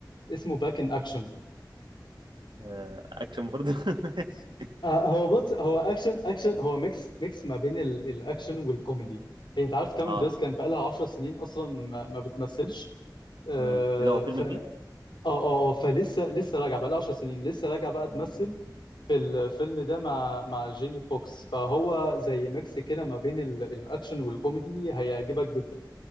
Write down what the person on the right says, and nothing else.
آه، اكشن برضو <laughs> ماشي
اه
امم ايه ده هو فيلم
جديد؟
مم.